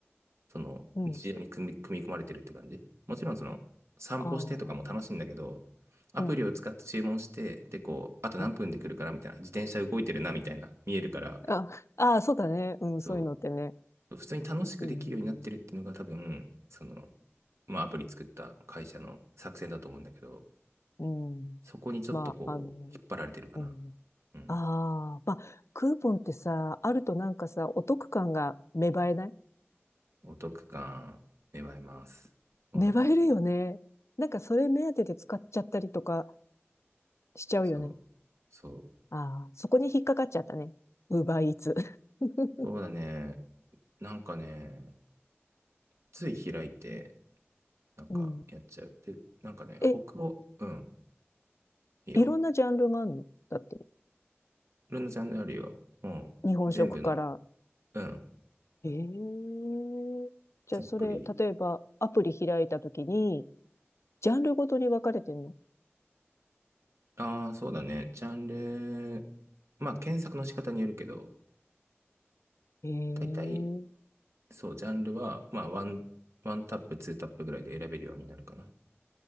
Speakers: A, on the right; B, on the left.
A: その、
B: うん。
A: 日常に組み、組み込まれてるって感じ。もちろんその、散歩してとかも楽しいんだけど、
B: ああ、
A: アプリを使って注文して、
B: うん、
A: で、こう、あと何分で来るかなみたいな、
B: うん。
A: 自転車動いてるなみたいな、見えるから、
B: あ、ああ、そうだね。うん、
A: そ
B: そういうのってね。
A: う、普通に楽しくできるようになってるっていうのが多分、
B: うん、
A: その、まあ、アプリ作った会社の作戦だと思うんだけど、
B: うん。
A: そこにちょっとこう、
B: まあ、あの、
A: 引っ張られてるかな。
B: うん。
A: うん。
B: ああ、まあ、クーポンってさ、あるとなんかさ、お得感が芽生えない
A: お得感、芽生えます。そうなんですよ。
B: 粘れるよね。なんかそれ目当てで使っちゃったりとかしちゃうよね。
A: そう。そう。
B: ああ、そこに引っかかっちゃったね。ウーバーイーツ。<laughs>
A: そうだね。なんかね、つい開いて、なんかやっちゃう。
B: うん。
A: で、なんかね、北欧、
B: え、
A: うん、いいよ。
B: いろんなジャンルがあるのだって、
A: ルナちゃんであるよ。もうん、
B: 日本食から。
A: 全部の、うん、
B: ええーじゃあそれ、
A: ざっくり。
B: 例えばアプリ開いたときに、ジャンルごとに分かれてるの
A: ああー、そうだね。ジャンル、まあ、検索の仕方によるけど、
B: ええー
A: 大体、そう、ジャンルは、まあ、ワン、ワンタップ、ツータップぐらいで選べるようになるかな。